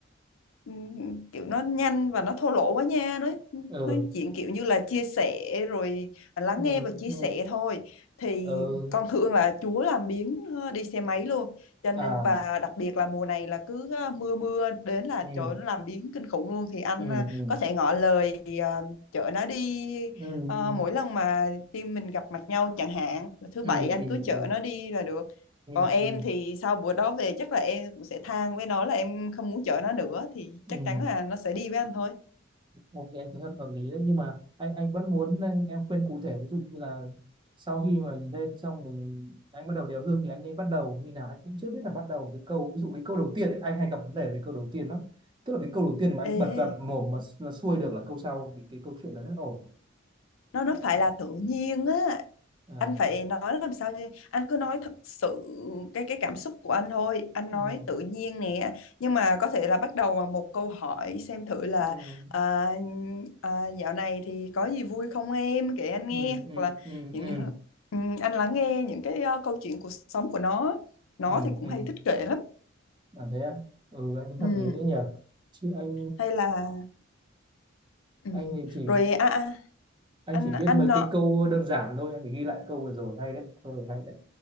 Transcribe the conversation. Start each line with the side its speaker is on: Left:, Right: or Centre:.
Left: ừm, kiểu nó nhanh và nó thô lỗ quá nha nói
Right: ừ
Left: nói chuyện kiểu như là chia sẻ rồi lắng
Right: ừ
Left: nghe và chia
Right: ừ
Left: sẻ thôi thì
Right: ừ
Left: con thường là Chúa làm biếng ờ, đi xe máy luôn cho nên
Right: à
Left: và đặc biệt là mùa này là cứ ờ, mưa mưa đến là
Right: ừ
Left: trời ơi, nó làm biếng kinh khủng luôn thì anh
Right: ừ
Left: ờ,
Right: ừ
Left: có thể ngỏ lời ờ, chở nó đi
Right: ừ
Left: ờ, mỗi lần mà team mình gặp mặt nhau chẳng hạn là thứ
Right: ừ
Left: bảy anh
Right: ừ
Left: cứ
Right: ừ
Left: chở nó đi là được
Right: ừ
Left: còn em
Right: ừ ừ
Left: thì sau bữa đó về chắc là em cũng sẽ than với nó là em không muốn chở nó nữa thì
Right: ừ.
Left: chắc chắn là nó sẽ đi với anh thôi.
Right: ok anh thấy hợp hợp lý đấy nhưng mà anh anh vẫn muốn nên em khuyên cụ thể ví dụ như là sau khi mà mình lên xong rồi mình anh bắt đầu đeo gương thì anh nên bắt đầu như nào anh cũng chưa biết là bắt đầu từ câu ví dụ cái câu đầu tiên ấy, anh hay gặp vấn đề về câu đầu tiên lắm tức là cái câu đầu tiên mà anh
Left: Ê,
Right: bật ra mồm mà, mà xuôi được là câu sau thì cái câu chuyện đó rất là ổn
Left: nó nó
Right: Thế em
Left: phải là tự nhiên á.
Right: à
Left: Anh phải nói làm sao chứ. Anh cứ nói thật sự cái cái cảm xúc của anh thôi. Anh
Right: ừ
Left: nói tự nhiên nè. Nhưng mà có thể là bắt đầu bằng một câu hỏi xem thử là
Right: ừ
Left: à, à, dạo này thì có gì vui không em kể anh
Right: ừ
Left: nghe
Right: ừ
Left: hoặc là
Right: ừ
Left: kiểu
Right: ừ
Left: như là ừ, anh lắng nghe những cái ờ, câu chuyện cuộc sống của nó. Nó
Right: ừ
Left: thì cũng
Right: ừ
Left: hay thích kể lắm.
Right: là thế à? ừ anh thấy hợp
Left: Ừ.
Right: lý đấy nhỉ chứ anh
Left: hay là ừ.
Right: anh thì chỉ
Left: rồi à, à,
Right: anh
Left: anh
Right: chỉ biết
Left: anh
Right: mấy
Left: nó
Right: cái câu đơn giản thôi anh phải ghi lại câu vừa rồi hay đấy câu rồi hay đấy